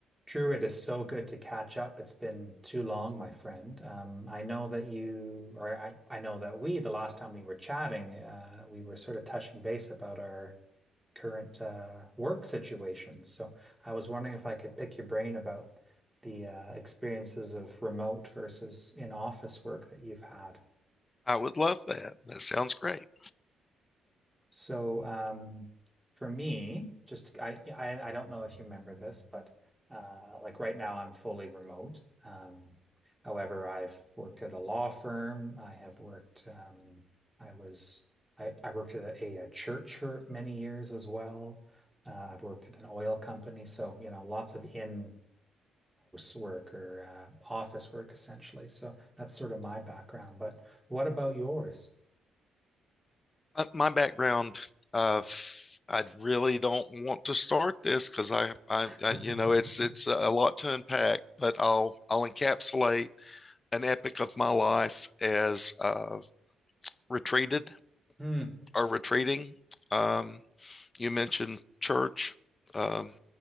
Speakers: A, in the centre; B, on the left.
A: Drew, it is so good to catch up. It's been too long, my friend. Um, I know that you, or I, I know that we, the last time we were chatting, uh, we were sort of touching base about our current uh, work situations. So I was wondering if I could pick your brain about the uh, experiences of remote versus in-office work that you've had.
B: I would love that. That sounds great.
A: So, um, for me, just I, yeah, I I don't know if you remember this, but uh, like right now I'm fully remote. Um, however, I've worked at a law firm. I have worked. Um, I was I, I worked at a, a church for many years as well. Uh, I've worked at an oil company, so you know lots of in-house work or uh, office work essentially. So that's sort of my background. But what about yours?
B: Uh, My background, uh, f- I really don't want to start this because I, I,
A: <laughs>
B: I, you know, it's it's a lot to unpack, but I'll I'll encapsulate an epic of my life as uh, retreated
A: Hmm.
B: or retreating. Um, you mentioned church. Um,